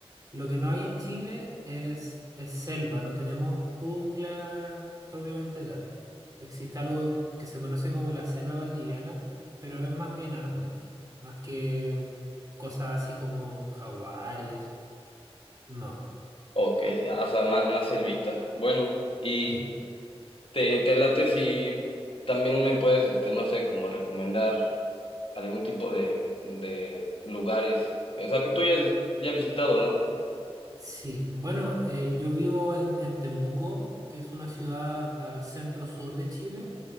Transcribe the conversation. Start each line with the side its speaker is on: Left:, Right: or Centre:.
Right: Lo que no hay en Chile es, es selva, no tenemos jungla propiamente tal. Existe algo que se conoce como la selva valdiviana, pero es más bien árboles, más que cosas así como jaguares. No,
Left: Ok, ah, o sea, más, más selvita. Bueno, y
Right: sí,
Left: te, te late si también me puedes, este, no sé, como recomendar algún tipo de, de lugares. O sea, que tú ya has ya has visitado, ¿no?
Right: sí. Bueno, eh, yo vivo en, en Temuco, que es una ciudad al centro sur de Chile,